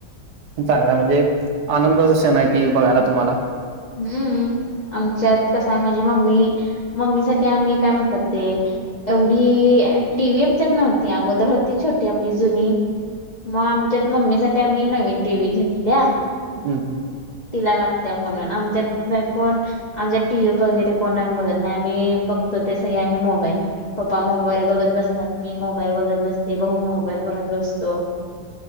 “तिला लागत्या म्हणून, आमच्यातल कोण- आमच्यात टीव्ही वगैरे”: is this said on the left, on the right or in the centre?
Left